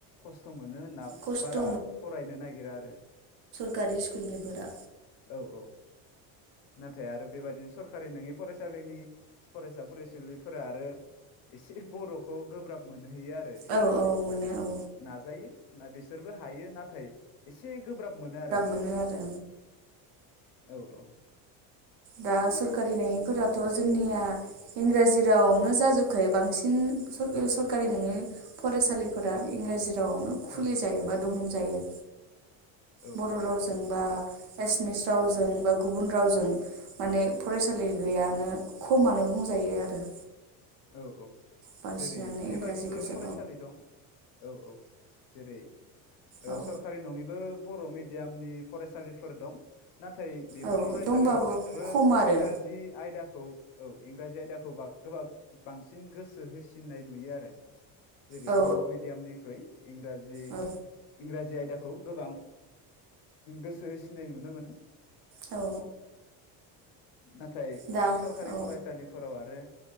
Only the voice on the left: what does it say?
खस्थ मो। होनना
बारा फरायनो नागिरा आरो।
औ औ नाथाय आरो बेबादिनो सरखारि नङि फरायसालिनि फरायसा फरायसुलिफोरा आरो एसे बरखौ गोब्राब मोन मोनहैयो आरो
बिसोरो
नाजायो ना बिसोरबो हायो नाथाय एसे गोब्राब मोनो आरो बिसोरो
औ औ
औ औ
औ
औ औ
जेरै बेबादिबो
फरायसालि दं औ औ जेरै ओ
सरखारि नङैबो बर' मिडियामनि फरायसालिफोर दं नाथाय बेफोर
फरायसालियावबो
इंराजि आयदाखौ औ इंराजि आयदाखौ बा गोबां बांसिन गोसो होसिननाय नुयो आरो जेरै
बड' मिडियामनिख्रुइ इंराजि
इंराजि आयदाखौ गोबां गोसो होसिनाय नुनो मोनो
नाथाय
सरखारि
फरायसालिफोराव आरो